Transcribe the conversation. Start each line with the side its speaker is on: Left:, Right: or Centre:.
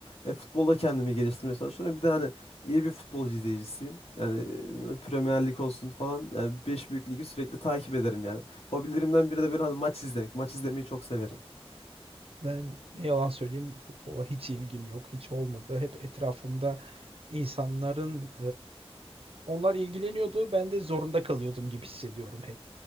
Left: e, futbolda kendimi geliştirmeye çalışıyorum. Bir de hani iyi bir futbol izleyicisiyim. Yani e, Premier Lig olsun falan. Yani 5 büyük ligi sürekli takip ederim yani. Hobilerimden biri de böyle hani maç izlemek. Maç izlemeyi çok severim.
Right: Ben ne yalan söyleyeyim futbola hiç ilgim yok, hiç olmadı. Hep etrafımda insanların onlar ilgileniyordu. Ben de zorunda kalıyordum gibi hissediyorum hep.